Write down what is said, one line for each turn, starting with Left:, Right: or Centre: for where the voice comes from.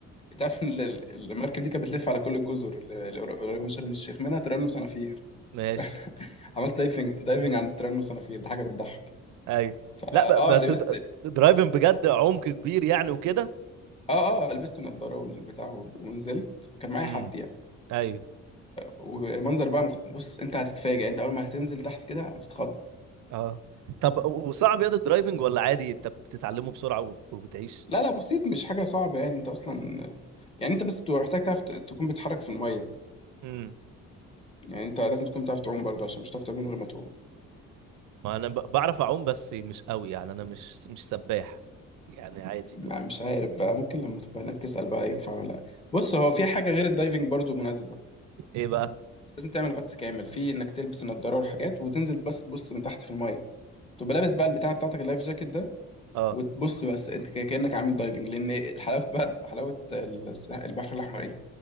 Left: تعرف ان ال- ال- المركب دي كانت بتلف على كل الجزر اللي اللي قريبه من شرم الشيخ منها تيران وصنافير
Right: ماشي
Left: <laughs> عملت دايفنج دايفنج عند تيرانو صنافير دي حاجه بتضحك يعني
Right: ايوه
Left: فا
Right: لا ب-
Left: اه
Right: بس
Left: لبست
Right: د- درايفنج بجد عمق كبير يعني وكده
Left: اه اه لبست النضاره والبتاع وال- ونزلت كان معايا
Right: امم
Left: حد يعني
Right: ايوه
Left: ومنظر بقى مخ... بص انت هتتفاجئ انت اول ما هتنزل تحت كده هتتخض
Right: اه طب و- وصعب ياض الدرايفنج ولا عادي انت بتتعلمه بسرعه وب- وبتعيش
Left: لا لا بسيط مش حاجه صعبه يعني انت اصلا يعني انت بس بتبقى محتاج تعرف ت- تكون بتتحرك في الميه
Right: امم
Left: يعني انت لازم تكون تعرف تعوم برضو عشان مش هتعرف تعوم من غير ما تعوم
Right: ما انا ب- بعرف اعوم بس مش قوي يعني انا مش مش سباح يعني عادي
Left: يعني مش عارف بقى ممكن لما تبقى هناك تسال بقى ينفع ولا لا بص هو في حاجه غير الدايفنج برضو مناسبه
Right: ايه بقى
Left: لازم تعمل غطس كامل في انك تلبس النضاره والحاجات وتنزل بس تبص من تحت في الميه تبقى لابس بقى البتاع بتاعتك اللايف جاكيت ده
Right: اه
Left: وتبص بس انت ك- كانك عامل دايفنج لان حلاوه بقى حلاوه الس- البحر الاحمر ايه